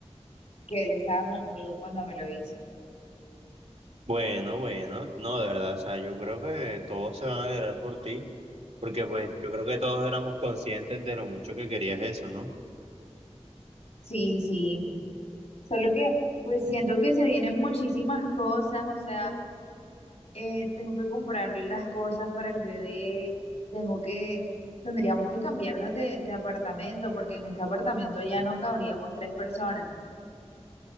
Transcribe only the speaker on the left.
que él estaba conmigo cuando me lo hizo.
Sí, sí, solo que pues siento que se vienen muchísimas cosas, o sea, eh, tengo que comprar las cosas para el bebé, tengo que, tendríamos que cambiarnos de, de apartamento porque en este apartamento ya no cabríamos tres personas.